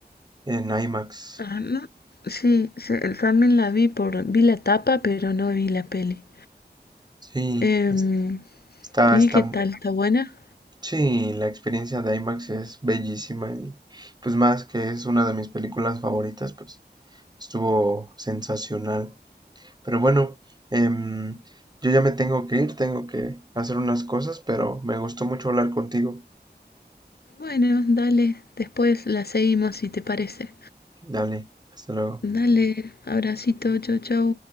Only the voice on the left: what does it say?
Ah, no. Sí, se- el- también la vi por, vi la tapa, pero no vi la peli.
Em,
¿y
qué tal? ¿Está buena?
Bueno, dale, después la seguimos si te parece.
Dale, abracito, chau, chau.